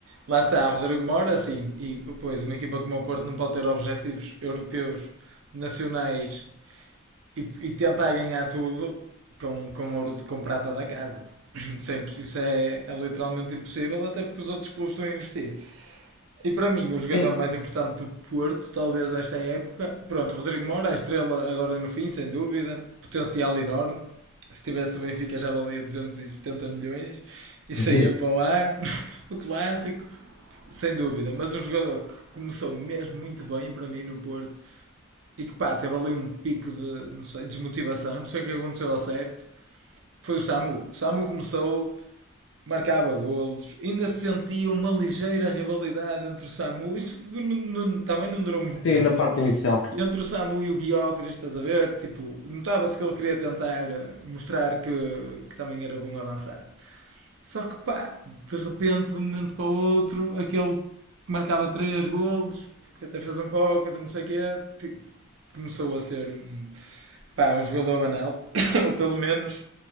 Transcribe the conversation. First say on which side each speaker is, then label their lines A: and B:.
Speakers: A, on the right; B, on the left.
A: Lá está, Rodrigo Moura, sim. E, pois, uma equipa como o Porto não pode ter objetivos europeus, nacionais e, e tentar ganhar tudo com, com ouro de, com prata da casa. <clears throat> Isso, é, imp- isso é- é literalmente impossível, até porque os outros clubes estão a investir. E para mim, o jogador
B: Sim,
A: mais importante do Porto, talvez esta época, pronto, o Rodrigo Moura, a estrela agora no fim, sem dúvida, potencial enorme. Se tivesse no Benfica já valia 270 milhões e saía
B: Sim,
A: para o ano, <laughs> o clássico, sem dúvida. Mas um jogador que começou mesmo muito bem para mim no Porto e que pá, teve ali um pico de não sei, desmotivação, não sei o que aconteceu ao certo, foi o Samu. O Samu começou, marcava golos, ainda se sentia uma ligeira rivalidade entre o Samu, isto n- n- também não durou muito tempo.
B: sim, na parte inicial.
A: E entre o Samu e o Guiócris, estás a ver? Tipo, notava-se que ele queria tentar eh, mostrar que, que também era bom avançado. Só que pá, de repente, de um momento para o outro, aquele que marcava três golos, que até fez um póquer, não sei o que é começou a ser um pá, um jogador banal, <coughs> <laughs> ou pelo menos